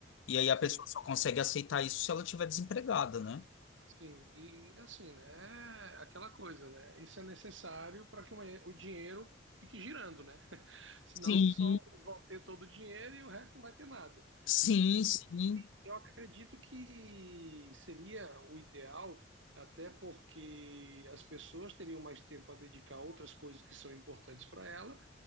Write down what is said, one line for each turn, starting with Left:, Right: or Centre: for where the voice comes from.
Left: E aí
Right: Sim,
Left: a pessoa só consegue aceitar isso se ela estiver desempregada, né?
Right: sim. E assim, né? É aquela coisa, né? Isso é necessário para que uma- o dinheiro fique girando, né? <laughs> Senão
Left: Sim,
Right: só vão ter todo o dinheiro e o resto não vai ter nada.
Left: Sim,
Right: E-
Left: sim,
Right: e Eu acredito que seria o ideal, até porque as pessoas teriam mais tempo a dedicar a outras coisas que são importantes para ela.